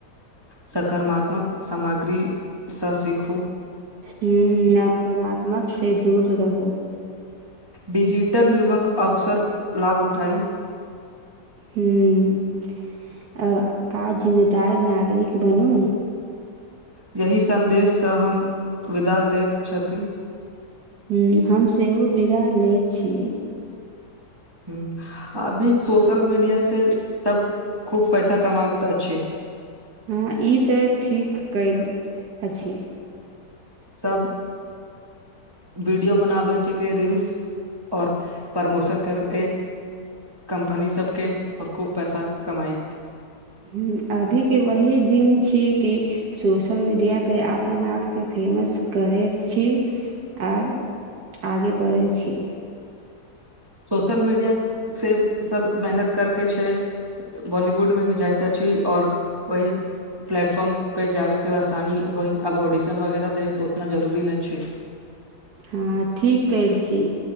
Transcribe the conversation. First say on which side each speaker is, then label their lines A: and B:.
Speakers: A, on the right; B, on the right.
A: सकारात्मक सामग्रीसँ सीखू
B: हं नकारात्मक से दूर रहू
A: डीजिटल युवक अवसर लाभ उठाई
B: हं आ जिम्मेदार नागरिक बनू
A: यही सन्देशसँ हम विदा लेैत छथि
B: हं हम सेहो बिदा लैत छी
A: हं अभी सोशल मीडिया से सब खूब पैसा कमाबैत त छै
B: हँ ई तऽ ठीक कइल अछी
A: सब वीडियो बनाबे छै की रील्स और प्रमोशन करे कम्पनी सब के और खूब पैसा कमाई
B: हूँ अभी के वही दिन छी की सोशल मीडिया पे अपन आपके फेमस करय छी आर आगे बढ़ैत छी
A: सोशल मीडिया से सब मेहनत करके छै बॉलीवुड में भी जायत अछि आऔर वही प्लेटफॉर्म पे जाबे के आसानी होइ अब ऑडिशन वगैरह देब तऽ ओतना जरूरी नइ छै
B: हँ ठीक कल छी